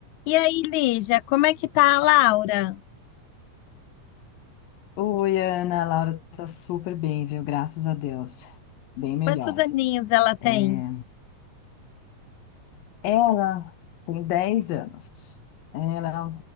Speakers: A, on the left; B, on the left.
A: E aí, Lígia, como é que tá a Laura?
B: Oi, Ana, a Laura tá super bem, viu? Graças a Deus. Bem melhor.
A: Quantos aninhos ela tem?
B: É, Ela tem 10 anos. Ela é